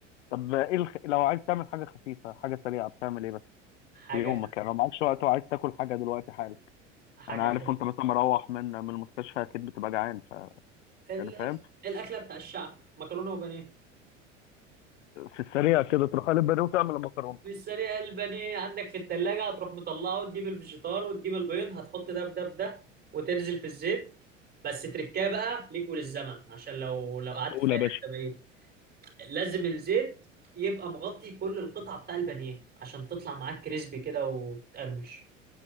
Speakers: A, on the left; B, on the right.
A: طب إيه الخ... لو عايز تعمل حاجة خفيفة حاجة سريعة بتعمل إيه بس
B: حاجة
A: في يومك
B: خف.
A: يعني لو معكش وقت وعايز تاكل حاجة دلوقتي حالا
B: حاجة
A: أنا
B: خف.
A: عارف وأنت مثلا مروح من من المستشفى أكيد بتبقى جعان ف
B: الأكل
A: يعني فاهم
B: الأكلة بتاع الشعب مكرونة وبانيه
A: في السريع كده تروح قلب بانيه وتعمل المكرونة
B: في السريع البانيه عندك في التلاجة هتروح مطلعه وتجيب الفيجيتار وتجيب البيض هتحط ده في ده في ده وتنزل في الزيت بس تركاه بقى ليك وللزمن عشان لو لو قعدت
A: قول
B: في أي
A: يا باشا
B: حتة بعيد لازم الزيت يبقى مغطي كل القطعة بتاع البانيه عشان تطلع معاك كريسبي كده وبتقرمش